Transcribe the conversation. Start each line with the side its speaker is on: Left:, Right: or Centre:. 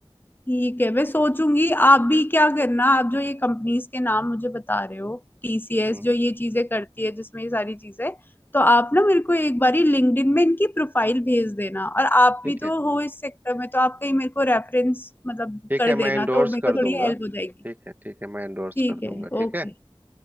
Left: ठीक है मैं सोचूंगी आप भी क्या करना आप जो ये कंपनीज के नाम मुझे बता रहे हो टीसीएस
Right: हम्म
Left: जो ये चीजें करती है जिसमें ये सारी चीजें तो आप ना मेरे को एक बारी लिंक्डइन में इनकी प्रोफाइल भेज देना और आप
Right: ठीक
Left: भी
Right: है
Left: तो हो इस सेक्टर में तो आप कहीं मेरे को रेफरेंस मतलब
Right: ठीक
Left: कर
Right: है मैं
Left: देना
Right: इंडोर्स
Left: तो मेरे
Right: कर
Left: को
Right: दूंगा
Left: थोड़ी हेल्प हो जाएगी
Right: ठीक है ठीक है मैं इंडोर्स
Left: ठीक
Right: कर दूंगा
Left: है
Right: ठीक
Left: ओके
Right: है